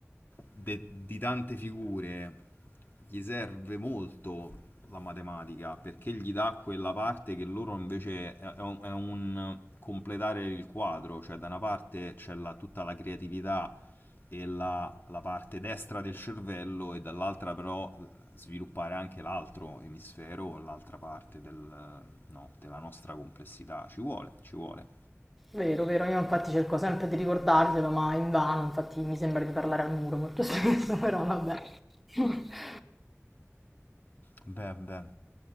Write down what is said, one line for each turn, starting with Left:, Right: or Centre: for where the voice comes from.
Left: de- di tante figure gli serve molto la matematica perché gli dà quella parte che loro invece è è un, è un completare il quadro, cioè da una parte c'è la- tutta la creatività e la, la parte destra del cervello e dall'altra però sviluppare anche l'altro emisfero, l'altra parte del- no, della nostra complessità. Ci vuole, ci vuole.
Centre: Vero, vero, io infatti cerco sempre di ricordarglielo, ma invano, infatti mi sembra di parlare al muro molto spesso, <laughs> però vabbè. <laughs>
Left: Beh, beh.